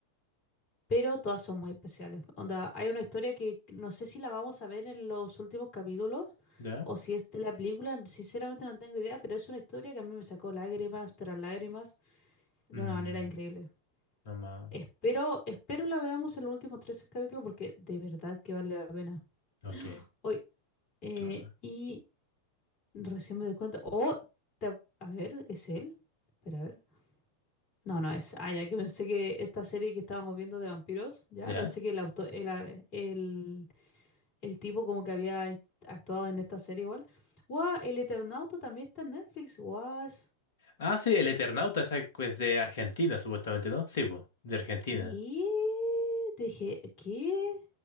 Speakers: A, on the left; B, on the left.
A: Pero todas son muy especiales. Onda, hay una historia que no sé si la vamos a ver en los últimos capítulos
B: ¿Ya?
A: o si es de la película, sinceramente no tengo idea, pero es una historia que a mí me sacó lágrimas tras lágrimas de
B: Mm,
A: una manera increíble.
B: no más.
A: Espero, espero la veamos en los últimos 13 capítulos porque de verdad que vale la pena.
B: Ok,
A: Hoy, eh,
B: ¿qué pasa?
A: y Recién me doy cuenta. Oh, te a ver, ¿es él? Espera, a ver. No, no es. Ah, ya que pensé que esta serie que estábamos viendo de vampiros, ya
B: ¿Ya?
A: pensé que el auto, el, a- el, el tipo como que había en- actuado en esta serie igual. Guau, el Eternauta también está en Netflix. Guau.
B: Ah, sí, el Eternauta esa que es de Argentina, supuestamente, ¿no? Sí, pues, de Argentina.
A: ¿Qué? Dije, ¿qué?